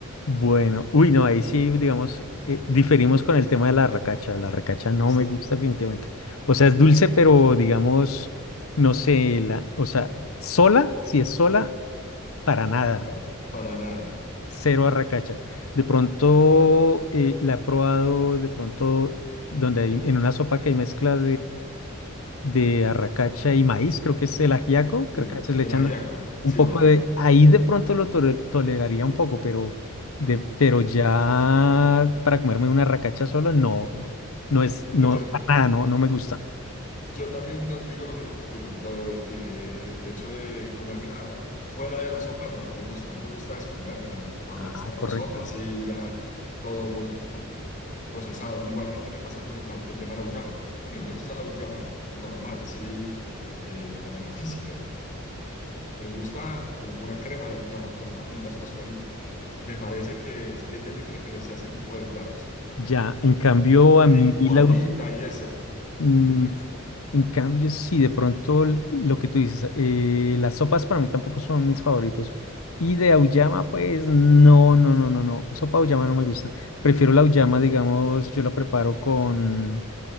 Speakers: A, on the left (about 75°); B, on the left (about 40°).
A: Bueno, uy, no, ahí sí, digamos, eh, diferimos con el tema de la racacha. La racacha no
B: Sí,
A: me gusta definitivamente. O sea, es dulce, pero digamos, no sé, la, o sea, sola, si es sola, para nada.
B: la- para nada.
A: Cero arracacha. De pronto eh, la he probado, de pronto, donde hay en una sopa que hay mezcla de arracacha y maíz, creo que es el ajiaco,
B: Sí,
A: creo que a veces le
B: el
A: echan
B: ajiaco, sí,
A: un poco
B: el ajiaco.
A: de, ahí de pronto lo tole- toleraría un poco, pero, de, pero ya para comerme una arracacha solo no, no, no es, no,
B: No, yo
A: para nada, no, no me gusta.
B: Yo también do- digo lo mismo contigo, lo de ti. El hecho de comérmela fuera de la sopa, no, no me gusta. A mí me gusta es comérmela cuando
A: Ah,
B: está en
A: correcto.
B: la sopa, así ya todo procesado. Igualmente me pasa con el, la- el tema de la auyama. A mí no me gusta la auyama normal, así eh, de manera física. Me gusta como una crema de auyama con papitas fosforito. Me parece que es, es de mi preferencia ese tipo de platos.
A: Ya, en cambio a mí
B: Licuadita
A: la,
B: y eso,
A: Mm,
B: que es muy rica.
A: en cambio, sí, de pronto l- lo que tú dices, eh, las sopas para mí tampoco son mis favoritos. Y de auyama, pues no, no, no, no, no. Sopa auyama no me gusta. Prefiero la auyama, digamos, yo la preparo con,